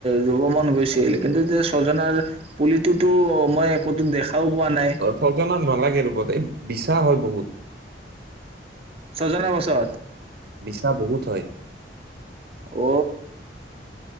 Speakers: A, on the right; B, on the right.
A: ৰুব মন গৈছিল কিন্তু এতিয়া ছজনাৰ পুলিটোোতো মই একোতো দেখাও পোৱা নাই
B: সজনা নালাগে ৰৰুবত এই বিশাহ বহুত
A: ছজনৰ পাছত।
B: <unintelligible> বহুত হয়।
A: ঔ